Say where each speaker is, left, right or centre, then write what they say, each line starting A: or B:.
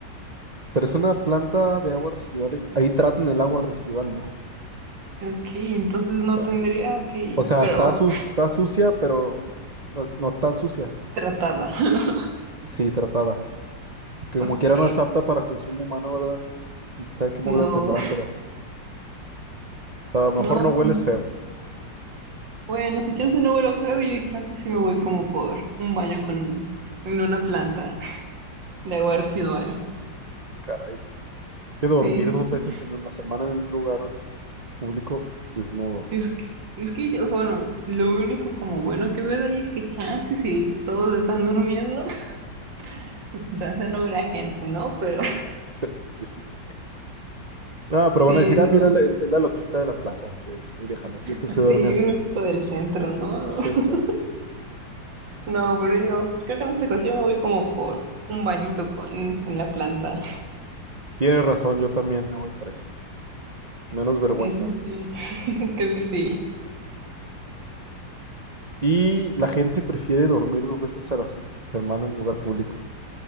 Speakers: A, on the right; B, on the right.
A: Pero es una planta de aguas residuales. Ahí tratan el agua residual, ¿no? O
B: Ok, entonces no
A: sea,
B: tendría
A: o sea-
B: que,
A: o sea,
B: pero
A: está, sus- está sucia, pero no, no tan sucia.
B: tratada. <laughs>
A: Sí, tratada. Que
B: Ok,
A: como quiera no es apta para consumo humano, ¿verdad? Y sabe qué lo
B: no,
A: tendrá, pero, pero a lo mejor
B: no,
A: no hueles feo.
B: bueno, si yo se no vuelo feo, yo casi sí sí me voy como por un baño con en una planta de agua residual.
A: Caray. Que dormir
B: Sí, sí,
A: dos veces en la semana en un lugar público desnudo.
B: Es que, es que yo, bueno, lo único como bueno que veo de ahí es que chance si todos están durmiendo, <laughs> pues chance no verá gente, ¿no? Pero
A: <laughs> Sí. No, pero
B: <laughs> sí,
A: van a decir,
B: lo-
A: ah, mira, la- es la loquita de la plaza. sí, ¿no? y déjala, siempre
B: así
A: se duerme así.
B: un equipo del centro, ¿no?
A: Loquita
B: <laughs>
A: del centro, sí.
B: No, pero yo creo que en esta ocasión me voy como por un bañito con, en la planta. <laughs>
A: Tienes razón, yo también me voy por esa. Menos vergüenza.
B: Sí, sí, sí. <laughs> Creo que sí.
A: Y la gente prefiere dormir dos veces a la s- semana en lugar público.